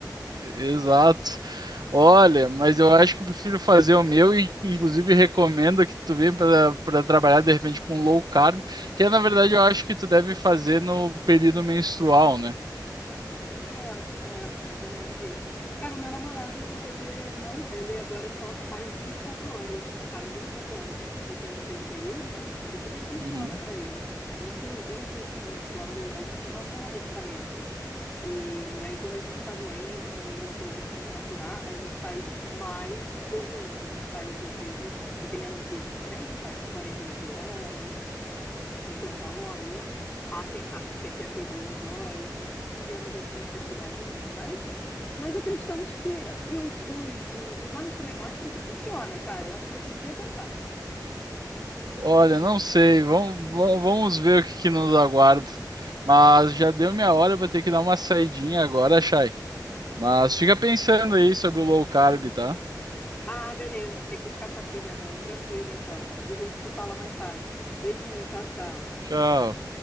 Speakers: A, on the right; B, on the left.
A: Exato. Olha, mas eu acho que eu prefiro fazer o meu e inclusive recomendo que tu venha para para trabalhar de repente com low carb, que é, na verdade eu acho que tu deve fazer no período menstrual, né?
B: É, é, mais ou menos isso. Cara, o meu namorado, ele não, ele agora só faz 24 horas, a cada 24 horas, porque não tem um período, né? E super funciona
A: Uhum.
B: pra ele. E, inclusive, assim, quando a gente não toma medicamentos, e, e aí quando a gente tá doente, tem alguma coisa assim pra curar, a gente faz mais jejum. A gente faz, às vezes, dependendo do que a gente tem, faz 48 horas, 50 horas. Há quem faça 72 horas. Não tivemos essa necessidade ainda, mas nós acreditamos que os, os, os exames também mostram que funciona, cara. Eu acho que você devia tentar.
A: Olha, não sei. Vamos, va- vamos ver o que, que nos aguarda. Mas já deu minha hora, eu vou ter que dar uma saidinha agora, Chay. Mas fica pensando aí sobre o low carb, tá?
B: Ah, beleza. Tem que buscar sua filha, né? Tranquilo, então. A gente se fala mais tarde. Beijinho, tchau, tchau.
A: Tchau.